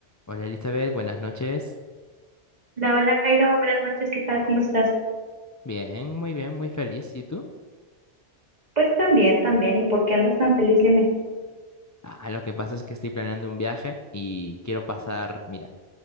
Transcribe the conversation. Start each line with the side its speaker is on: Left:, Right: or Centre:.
Left: Hola Elizabeth, buenas noches.
Right: Hola, hola Jairo, buenas noches, ¿qué tal? ¿Cómo estás?
Left: Bien, muy bien, muy feliz. ¿Y tú?
Right: Pues también, también. ¿Y por qué andas tan feliz? Dime.
Left: Ah, lo que pasa es que estoy planeando un viaje y quiero pasar, mira,